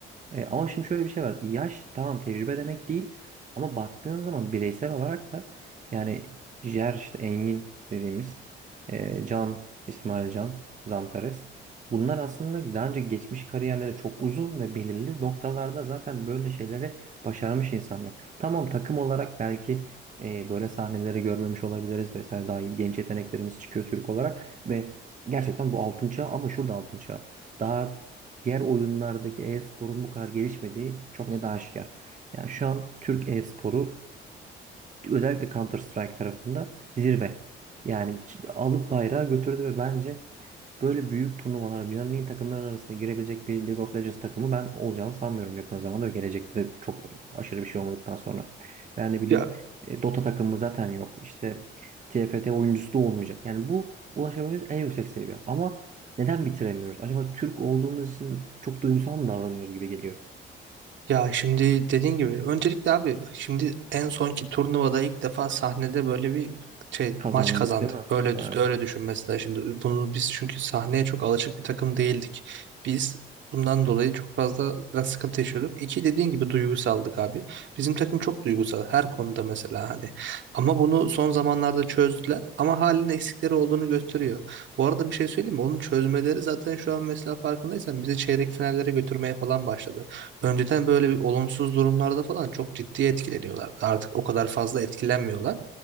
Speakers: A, on the right; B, on the right.
A: E, ama şimdi şöyle bir şey var. Yaş tamam tecrübe demek değil ama baktığın zaman bireysel olarak da yani Jer işte Engin dediğimiz e, Can, İsmail Can, Zantares bunlar aslında daha önce geçmiş kariyerleri çok uzun ve belirli noktalarda zaten böyle şeyleri başarmış insanlar. Tamam takım olarak belki e, böyle sahneleri görmemiş olabiliriz vesaire daha genç yeteneklerimiz çıkıyor Türk olarak ve gerçekten bu altın çağı ama şurada altın çağı. Daha diğer oyunlardaki e-sporun bu kadar gelişmediği çok net aşikar. Yani şu an Türk e-sporu özellikle Counter Strike tarafında zirve. Yani ç- alıp bayrağı götürdü ve bence böyle büyük turnuvalara dünyanın en iyi takımların arasında girebilecek bir League of Legends takımı ben olacağını sanmıyorum yakın zamanda ve gelecekte de çok aşırı bir şey olmadıktan sonra. Ben ne bileyim
B: Ya
A: e, Dota takımı zaten yok. İşte TFT oyuncusu da olmayacak. Yani bu ulaşabileceğimiz en yüksek seviye. Ama neden bitiremiyoruz? Acaba Türk olduğumuz için çok duygusal mı davranıyoruz gibi geliyor.
B: Ya şimdi dediğin gibi öncelikle abi bak şimdi en sonki turnuvada ilk defa sahnede böyle bir şey
A: Kazandık
B: maç kazandık.
A: değil mi?
B: Öyle
A: Evet.
B: düş- öyle düşün mesela şimdi bunu biz çünkü sahneye çok alışık bir takım değildik. Biz bundan dolayı çok fazla biraz sıkıntı yaşıyorduk. İki dediğin gibi duygusaldık abi. Bizim takım çok duygusal her konuda mesela hani. Ama bunu son zamanlarda çözdüler ama halen eksikleri olduğunu gösteriyor. Bu arada bir şey söyleyeyim mi? Onun çözmeleri zaten şu an mesela farkındaysan bizi çeyrek finallere götürmeye falan başladı. Önceden böyle bir olumsuz durumlarda falan çok ciddi etkileniyorlar. Artık o kadar fazla etkilenmiyorlar.